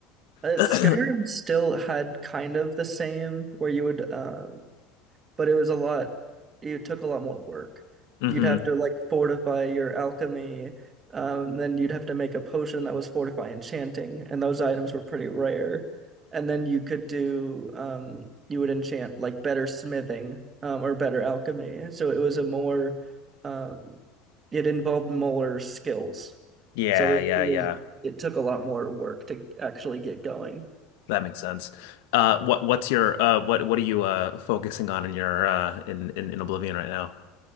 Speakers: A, on the right (about 20°); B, on the left (about 75°).
A: Uh,
B: <clears throat>
A: Skyrim still had kind of the same where you would um, but it was a lot, it took a lot more work.
B: Mm-hmm,
A: You'd have to like fortify your alchemy, um, then you'd have to make a potion that was fortify enchanting, and those items were pretty rare. And then you could do, um, you would enchant like better smithing, um, or better alchemy. So it was a more, um, it involved more skills.
B: yeah,
A: So it,
B: yeah,
A: it was,
B: yeah,
A: it took a lot more work to actually get going.
B: that makes sense. Uh, what, what's your, uh, what, what are you, uh, focusing on in your, uh, in, in, in Oblivion right now?